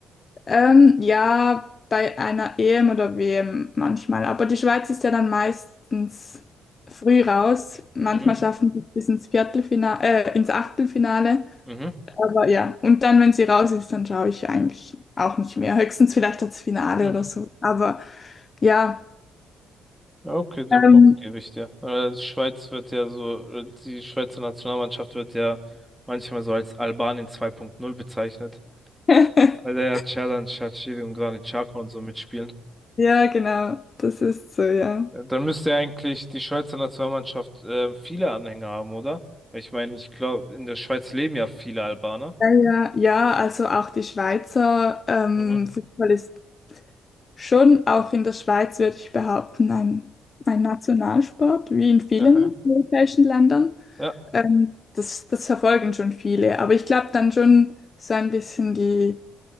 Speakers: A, on the left; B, in the centre.
A: Ähm, ja, bei einer EM oder WM manchmal. Aber die Schweiz ist ja dann meistens früh raus. Manchmal
B: Mhm,
A: schaffen sie es bis ins Viertelfinale, äh, ins Achtelfinale.
B: mhm.
A: Aber ja, und dann, wenn sie raus ist, dann schaue ich eigentlich auch nicht mehr. Höchstens vielleicht das Finale
B: mhm.
A: oder so. Aber ja,
B: Ja, Okay, den
A: ähm,
B: Punkt gebe ich dir. Äh, die Schweiz wird ja so, äh, die Schweizer Nationalmannschaft wird ja manchmal so als Albanien 2.0 bezeichnet,
A: <laughs>
B: weil da ja Xherdan Shaqiri und Granit Xhaka und so mitspielen.
A: ja, genau, das ist so, ja.
B: Ja, dann müsste ja eigentlich die Schweizer Nationalmannschaft äh, viele Anhänger haben, oder? Weil Ich meine, ich glaube, in der Schweiz leben ja viele Albaner.
A: Ja, ja, ja, also auch die Schweizer ähm,
B: Mhm.
A: Fußball ist Schon auch in der Schweiz würde ich behaupten, ein, ein Nationalsport, wie in vielen
B: Aha.
A: europäischen Ländern.
B: Ja.
A: Ähm, das, das verfolgen schon viele, aber ich glaube dann schon so ein bisschen die,